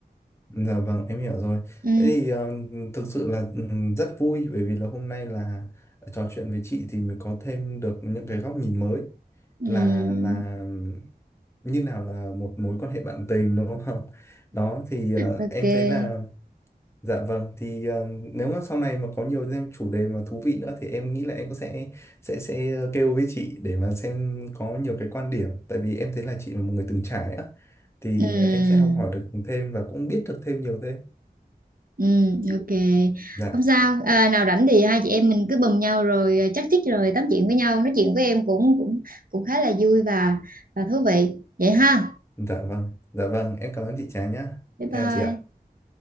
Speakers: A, on the left; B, on the right.
A: Dạ vâng, em hiểu rồi.
B: Ừ.
A: Thế thì ờ, thực sự là ừ, rất vui bởi vì là hôm nay là trò chuyện với chị thì mới có thêm được những cái góc nhìn mới
B: Ừm,
A: là là như nào là một mối quan hệ bạn tình đúng không? <laughs> Đó thì ờ,
B: ok
A: em thấy là Dạ vâng, thì ờ, nếu mà sau này mà có nhiều thêm chủ đề mà thú vị nữa thì em nghĩ là em cũng sẽ sẽ sẽ ờ, kêu với chị để mà xem có nhiều cái quan điểm, tại vì em thấy là chị là một người từng trải á, thì
B: Ừm,
A: em sẽ học hỏi được thêm và cũng biết được thêm nhiều thêm.
B: ừm, ok
A: Dạ,
B: không sao à, nào rảnh thì hai chị em mình cứ bầm nhau rồi à, chắc chích rồi tám chuyện với nhau nói chuyện với em cũng cũng cũng khá là vui và và thú vị vậy ha
A: dạ vâng, dạ vâng, em cảm ơn chị Trà nhá.
B: bye
A: Em
B: bye
A: chào chị ạ.